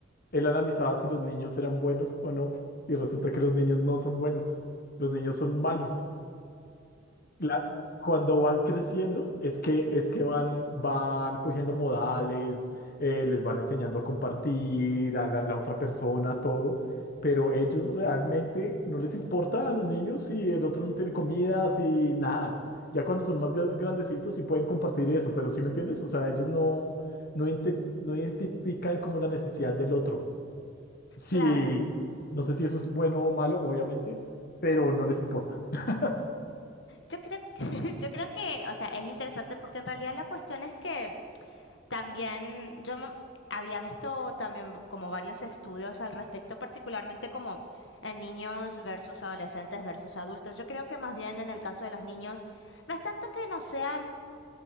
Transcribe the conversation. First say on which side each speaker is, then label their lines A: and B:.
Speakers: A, on the left (about 55°); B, on the left (about 65°).
A: él analizaba si los niños eran buenos o no, y resulta que los niños no son buenos, los niños son malos. la- cuando van creciendo es que, es que van, van cogiendo modales, eh, les van enseñando a compartir, a la, la otra persona, todo, pero ellos realmente no les importa a los niños si el otro no tiene comida, si nada. Ya cuando son más gra- grandecitos sí pueden compartir eso, pero ¿sí me entiendes? O sea, ellos no, no, inte- no identifican como la necesidad del otro. Sí,
B: Claro.
A: no sé si eso es bueno o malo, obviamente, pero no les importa. <laughs>
B: Yo creo, que- <laughs> yo creo que, o sea, es interesante porque en realidad la cuestión es que también yo m- había visto también como varios estudios al respecto, particularmente como en niños versus adolescentes versus adultos. Yo creo que más bien en el caso de los niños, no es tanto que no sean